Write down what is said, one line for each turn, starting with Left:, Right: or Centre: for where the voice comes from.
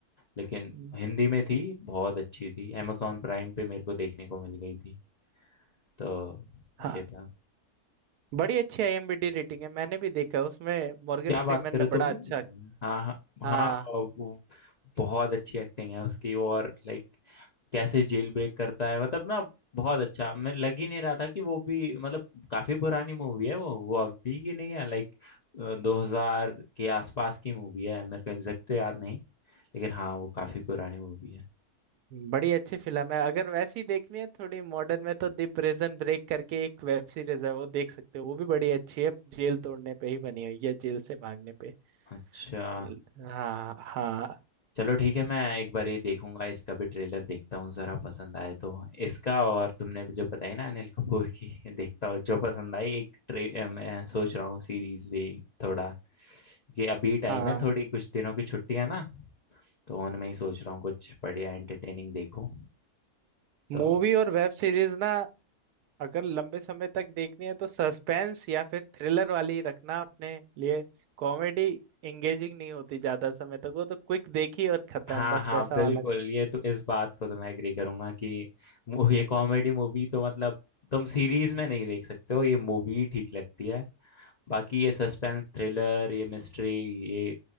Left: लेकिन
Right: हम्म,
Left: हिंदी में थी बहुत अच्छी थी amazon प्राइम पे मेरे को देखने को मिल गई थी तो
Right: हाँ।
Left: ये था
Right: बड़ी अच्छी आईएमबी रेटिंग है मैंने भी देखा उसमें मॉर्गन
Left: क्या बात
Right: फ्रीमैन
Left: कर रहे
Right: ने
Left: हो
Right: बड़ा
Left: तुमने
Right: अच्छा
Left: भी देखी है ना? हाँ हाँ
Right: हाँ
Left: हाँ वो बहुत अच्छी एक्टिंग है उसकी और लाइक कैसे जेल ब्रेक करता है मतलब ना बहुत अच्छा मैं लग ही नहीं रहा था कि वो भी मतलब काफी पुरानी मूवी है वो वो अभी की नहीं है लाइक 2000 के आसपास की मूवी है मेरे को एग्जैक्ट तो याद नहीं लेकिन हाँ वो काफी पुरानी मूवी है
Right: बड़ी अच्छी फिल्म है अगर वैसी देखनी है थोड़ी मॉडर्न में तो द प्रिजन ब्रेक करके एक वेब सीरीज है वो देख सकते हो वो भी बड़ी अच्छी है जेल तोड़ने पे ही बनी हुई है जेल से भागने पे
Left: अच्छा
Right: ल- हाँ हाँ
Left: चलो ठीक है मैं एक बार ये देखूंगा इसका भी ट्रेलर देखता हूँ जरा पसंद आए तो इसका और तुमने जो बताई ना अनिल कपूर की <laughs> देखता हूँ जो पसंद आई एक ट्रे अ, मैं सोच रहा हूँ सीरीज भी थोड़ा क्योंकि अभी टाइम
Right: हाँ
Left: है थोड़ी कुछ दिनों की छुट्टियां ना तो उनमें ही सोच रहा हूँ कुछ बढ़िया एंटरटेनिंग देखूँ
Right: मूवी
Left: तो
Right: और वेब सीरीज ना अगर लंबे समय तक देखनी है तो सस्पेंस या फिर थ्रिलर वाली रखना अपने लिए कॉमेडी एंगेजिंग नहीं होती ज्यादा समय तक वो तो क्विक देखी और खत्म
Left: हाँ
Right: बस
Left: हाँ
Right: वैसा
Left: बिल्कुल
Right: वाला
Left: ये तो इस बात को तो मैं एग्री करूंगा कि मु- ये कॉमेडी मूवी तो मतलब तुम सीरीज में नहीं देख सकते हो ये मूवी ठीक लगती है बाकी ये सस्पेंस थ्रिलर ये मिस्ट्री ये